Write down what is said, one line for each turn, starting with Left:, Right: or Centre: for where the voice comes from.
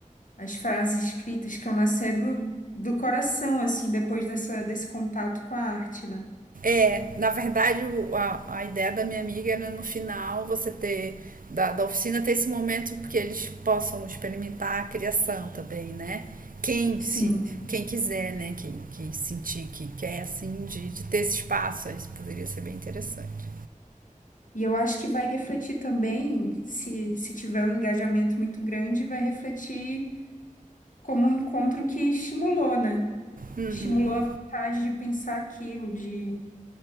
Left: as frases escritas que iam nascer do, do coração, assim, depois dessa, desse contato com a arte, né?
Right: É, na verdade, o- a, a ideia da minha amiga era no final você ter, da, da oficina, ter esse momento que eles possam experimentar a criação também, né? Quem
Left: Sim.
Right: se, quem quiser, né? Quem, quem sentir que quer, assim, de, de ter esse espaço, isso poderia ser bem interessante.
Left: E eu acho que vai refletir também, se, se tiver um engajamento muito grande, vai refletir como um encontro que estimulou, né?
Right: Uhum.
Left: Estimulou a vontade de pensar aquilo, de,